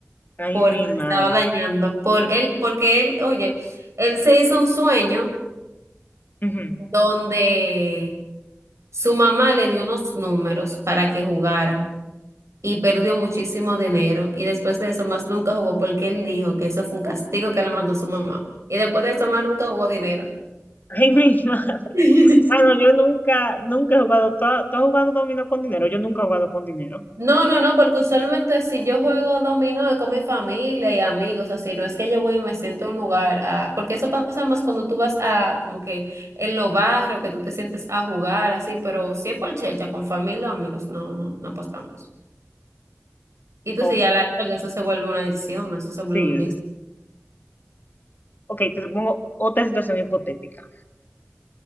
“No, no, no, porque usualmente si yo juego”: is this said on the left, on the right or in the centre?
Right